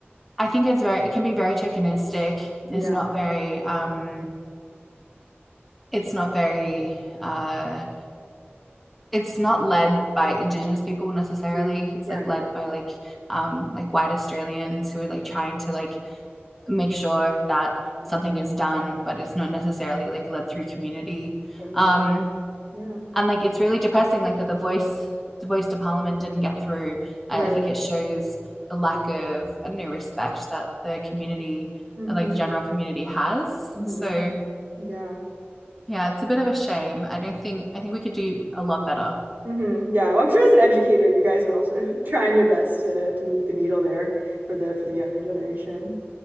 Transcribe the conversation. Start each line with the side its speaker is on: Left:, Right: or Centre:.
Centre: I think it's very it can be very tokenistic.
Right: Yeah,
Centre: It's not very um, it's not very uh, it's not led by Indigenous people necessarily.
Right: agreed.
Centre: It's
Right: Yeah,
Centre: like
Right: agreed.
Centre: led by like um, like white Australians who are like trying to like make sure that
Right: Mhm.
Centre: something is done, but it's not necessarily like led through community.
Right: Same here.
Centre: Um,
Right: Yeah.
Centre: and like it's really depressing, like that the voice the voice to parliament didn't get through. I
Right: Right.
Centre: think it shows the lack of I don't know respect that the community,
Right: hmm
Centre: like general community, has.
Right: hmm
Centre: So
Right: Yeah.
Centre: yeah, it's a bit of a shame. I don't think I think we could do a lot better.
Right: hmm Yeah. Well, I'm sure as an educator, you guys are also <laughs> trying your best to to move the needle there for the for the younger generation.